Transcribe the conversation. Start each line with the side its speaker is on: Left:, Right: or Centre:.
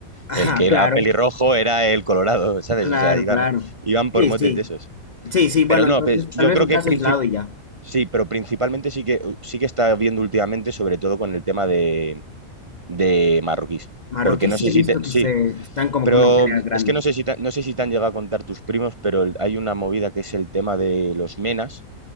Left: Ajá,
Right: El que
Left: claro,
Right: era pelirrojo era el colorado, <laughs> ¿sabes?
Left: claro,
Right: O sea, iban,
Left: claro.
Right: iban por
Left: Sí,
Right: motes
Left: sí.
Right: de esos.
Left: Sí, sí, bueno,
Right: Pero no,
Left: entonces
Right: pues, yo
Left: tal vez
Right: creo
Left: un
Right: que
Left: caso
Right: princi-
Left: aislado y ya.
Right: sí, pero principalmente sí que, sí que está viendo últimamente, sobre todo con el tema de, de marroquíes.
Left: Marroquí
Right: Porque no
Left: sí
Right: sé
Left: he
Right: si
Left: visto
Right: te-
Left: que
Right: sí,
Left: se están como
Right: pero
Left: que en una pelea grande.
Right: es que no sé si te, no sé si te han llegado a contar tus primos, pero el- hay una movida que es el tema de los menas,